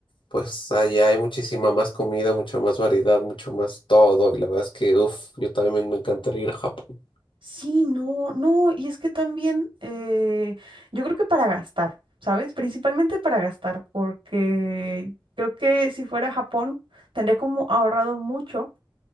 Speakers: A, on the left (about 75°); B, on the right (about 90°).
A: pues allá hay muchísima más comida, mucha más variedad, mucho más todo. Y la verdad es que, uff, yo también me encantaría ir a Japón.
B: Sí, no, no, y es que también eh, yo creo que para gastar, ¿sabes? Principalmente para gastar, porque creo que si fuera a Japón tendría como ahorrado mucho